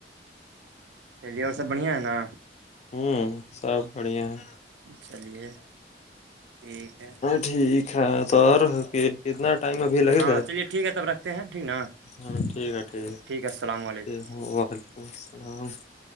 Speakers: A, on the right (about 85°); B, on the left (about 40°).
A: چلیے اور سب بڑھیا ہے نا
B: ہوں سب بڑھیا ہے
A: چلیے ٹھیک ہے
B: ٹھیک ہے تو کتنا ٹائم ابھی لگے
A: ہاں
B: گا
A: چلیے ٹھیک ہے تب رکھتے ہیں ٹھیک نا
B: ہاں ٹھیک ہے ٹھیک
A: ہے السلام علیکم
B: ھیک وعلیکم السلام